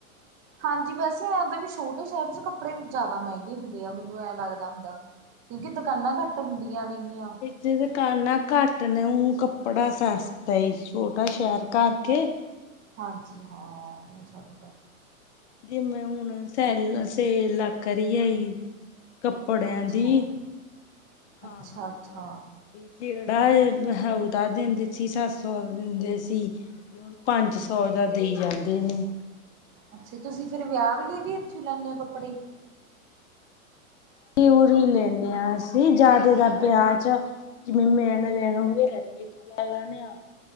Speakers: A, on the right (about 30°); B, on the left (about 50°).
A: ਹਾਂਜੀ ਵੈਸੇ ਐ ਤਾਂ ਵੀ ਛੋਟੇ ਸ਼ਹਿਰ ਚ ਕੱਪੜੇ ਜ਼ਿਆਦਾ ਮਹਿੰਗੇ ਹੁੰਦੇ ਆ, ਮੈਨੂੰ ਐ ਲੱਗਦਾ ਹੁੰਦਾ। ਕਿਉਂਕਿ ਦੁਕਾਨਾਂ ਘੱਟ ਹੁੰਦੀਆਂ ਨੇ ਗੀਆਂ।
B: ਜਿਹ ਦੁਕਾਨਾ ਘੱਟ ਨੇ, ਊ ਕੱਪੜਾ ਸਸਤਾ ਈ ਛੋਟਾ ਸ਼ਹਿਰ ਕਰਕੇ।
A: ਹਾਂਜੀ ਹਾਂ, ਉਹ ਸਭ,
B: ਜਿਵੇਂ ਹੁਣ ਸੈਲ ਸੇਲ ਲੱਗ ਰਹੀ ਹੈਗੀ, ਕੱਪੜਿਆਂ
A: ਅੱਛਾ
B: ਦੀ। ਹਾਂ
A: ਅੱਛਾ-
B: ਹਾਂ
A: ਅੱਛਾ,
B: ਜਿਹੜਾ ਬ ਉਹਦਾ ਦਿੰਦੇ ਸੀ ਸੱਤ ਸੌ ਦਿੰਦੇ ਸੀ। ਪੰਜ ਸੌ ਦਾ ਦੇਈ ਜਾਂਦੇ ਨੇ,
A: ਅੱਛਾ, ਤੁਸੀਂ ਫਿਰ ਵਿਆਹ ਵੇਲੇ ਵੀ ਇੱਥੋਂ ਹੀ ਲੈਂਣੇ ਹੋ ਕੱਪੜੇ।
B: ਤੇ ਉਰੀ ਹੀ ਲੈਂਣੇ ਹਾਂ ਅਸੀਂ ਜ਼ਿਆਦਾ ਦਾ ਵਿਆਹ ਚ, ਜਿਵੇਂ ਮੈਣ ਲੈਣ ਹੋਵੇ ਰਤੀਏ ਤੋਂ। ਲੈ ਲੈਣੇ ਆ,